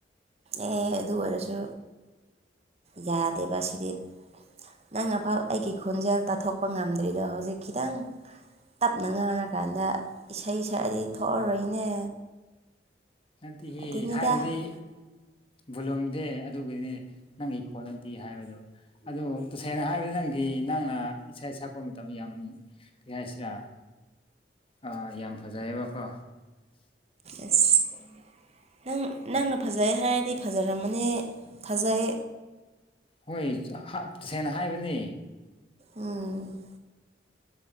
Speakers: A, on the right; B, on the left.
A: ꯑꯦ ꯑꯗꯨ ꯑꯣꯏꯔꯁꯨ ꯌꯥꯗꯦꯕ ꯁꯤꯗꯤ ꯅꯪ ꯑꯐ ꯑꯩꯒꯤ ꯈꯣꯟꯖꯦꯜ ꯇꯥꯊꯣꯛꯄ ꯉꯝꯗ꯭ꯔꯤꯗꯣ ꯍꯧꯖꯤꯛ ꯈꯤꯇꯪ ꯇꯞꯅ ꯉꯥꯡꯔꯀꯥꯟꯗ ꯏꯁꯩ ꯁꯛꯑꯗꯤ ꯊꯣꯛꯑꯔꯣꯏꯅꯦ
B: ꯅꯠꯇꯦꯍꯦ
A: ꯑꯗꯨꯅꯤꯗ
B: ꯍꯥꯏꯕꯗꯤ ꯕꯨꯝꯗꯦ ꯑꯗꯨꯒꯤꯅꯦ ꯅꯪꯒꯤ ꯀꯣꯟꯅꯠꯇꯦ ꯍꯥꯏꯕꯗꯨꯣ ꯑꯗꯨ ꯇꯁꯦꯡꯅ ꯍꯥꯏ ꯅꯪꯒꯤ ꯅꯪꯅ ꯏꯁꯩ ꯁꯛꯄ ꯃꯇꯝ ꯌꯥꯝ ꯀꯔꯤ ꯍꯥꯏꯁꯤꯔꯥ ꯑꯥ ꯌꯥꯝ ꯐꯖꯩꯌꯦꯕꯀꯣ
A: ꯑꯁ ꯅꯪ ꯅꯪꯅ ꯐꯖꯩ ꯍꯥꯏꯔꯗꯤ ꯐꯖꯔꯝꯃꯅꯤ ꯐꯖꯩ
B: ꯍꯣꯏ ꯍꯥꯁꯦꯡꯅ ꯍꯥꯏꯕꯅꯦ
A: ꯎꯝ